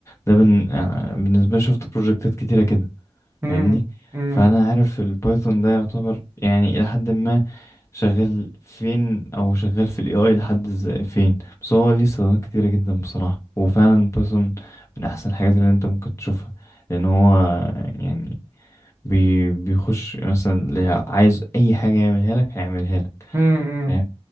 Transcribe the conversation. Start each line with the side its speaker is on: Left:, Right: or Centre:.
Left: ده بن... آه، بالنسبه لي شفت بروجكتات كتيره كده
Right: امم
Left: فاهمني
Right: امم
Left: فانا عارف البايثون ده يعتبر يعني الى حد ما شغال فين او شغال في الاي اي لحد ازاي فين بس هو ليه استخدامات كتيرة جدا بصراحة وفعلا بايثون من احسن الحاجات اللي انت ممكن تشوفها لان هو يعني بي بيخش مثلا اللي عايز اي حاجة يعملها لك هيعملها لك
Right: امم
Left: فاهم